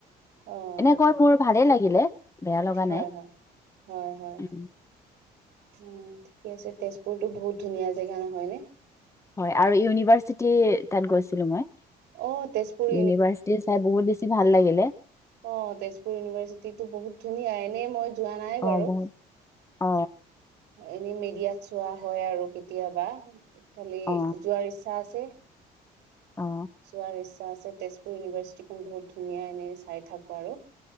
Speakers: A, on the right; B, on the left.
A: অ',
B: এনেকৈ মোৰ - ভালেই লাগিলে। বেয়া লগা
A: হয়
B: নাই
A: -হয় -হয় -হয়।
B: উম,
A: উম, ঠিকে আছে তেজপুৰতো বহুত ধুনীয়া জেগা, হয়নে?
B: হয় আৰু ইউনিভাৰ্চিটি তাত গৈছিলো মই,
A: অ', তেজপুৰ
B: ইউনিভাৰ্চিটি চাই বহুত বেছি- ভাল লাগিলে।
A: অঁ, তেজপুৰ ইউনিভাৰ্চিটি টো বহুত ধুনীয়া। এনেই মই- যোৱা নাই
B: অ
A: বাৰু।
B: বহুত অ
A: এনে মিডিয়াত চোৱা হয় আৰু কেতিয়াবা খালি
B: অ
A: যোৱাৰ ইচ্ছা আছে।
B: অঁ।
A: চোৱাৰ ইচ্ছা আছে, তেজপুৰ ইউনিভাৰ্চিটিখন বহুত ধুনীয়া এনেই চাই থাকো আৰু।